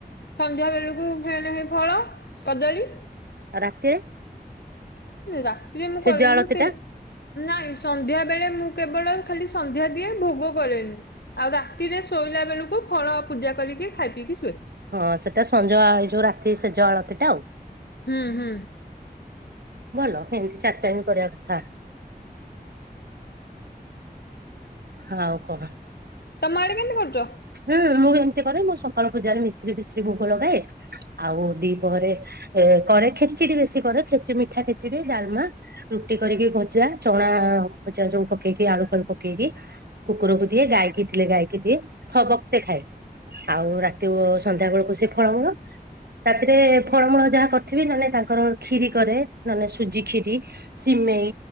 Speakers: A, on the left (about 85°); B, on the right (about 75°).
A: ସନ୍ଧ୍ୟା ବେଳକୁ ଫେଣ ହ ଫଳ କଦଳୀ
B: ଆଉ ରାତିରେ?
A: ରାତିରେ ମୁଁ
B: ସେଜ
A: କରନି
B: ଆଳତି
A: ମୁ
B: ଟା
A: ନାଇଁ ସନ୍ଧ୍ୟା ସେବେଳେ ମୁଁ କେବଳ ଖାଲି ସନ୍ଧ୍ୟା ଦିଏ ଭୋଗ କରେନି ଆଉ ରାତିରେ ଶୋଇଲା ବେଳକୁ ଫଳ ପୂଜା କରିକି, ଖାଇ ପିକି
B: ହଁ ସେଟା ସଞ୍ଜ ଏଇ ଯୋଉ ରାତି ସେଜ ଅଳତିଟା ଆଉ।
A: ହୁଁ ହୁଁ।
B: ଭଲ ଏମିତି ଚାରିଟାଇମ୍ କରିବା କଥା। ହଁ ଆଉ କଣ?
A: ତମ ଆଡ଼େ କେମତି କରୁଛ?
B: ହଁ ମୁଁ ବି ଏମିତି କରେ ମୁଁ ସକାଳ ପୂଜାରେ ମିଶ୍ରି ଫିଶ୍ରି ଭୋକ ଲଗାଏ ଆଉ ଦିପହରେ କରେ ଖେଚିଡି ବେଶୀ କରେ ଖେଚିଡ଼ି ମିଠା ଖେଚିଡି ଡାଲମା ରୁଟି କରିକି ଭଜା ଚଣା ଚା ସବୁ ପକେଇକି ଆଳୁ ଫାଳୁ ପକେଇକି କୁକୁରକୁ ଦିଏ ଗାଇକି ଥିଲେ ଗାଇକି ଦିଏ। ଥ ବକ୍ତେ ଖାଏ ଆଉ ରାତି ସନ୍ଧ୍ୟା ବେଳକୁ ସେ ଫଳମୂଳ। ରାତିରେ ଫଳମୂଳ ଯାହା କରିଥିବି ନ ହେଲେ ତାଙ୍କର ଖୀରି କରେ ନାନେ ସୁଜି ଖୀରି ସି ସିମେଇ